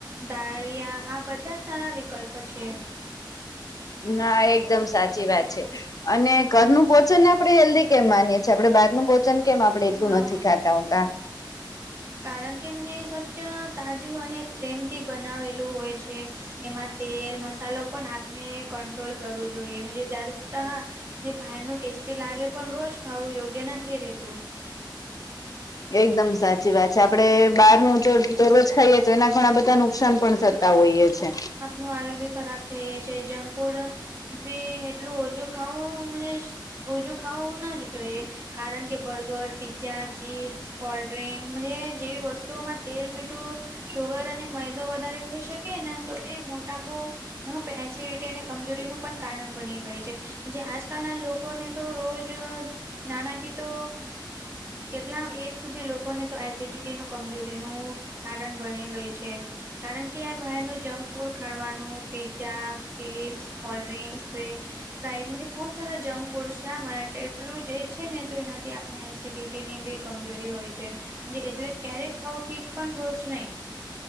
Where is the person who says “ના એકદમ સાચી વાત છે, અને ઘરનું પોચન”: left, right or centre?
Left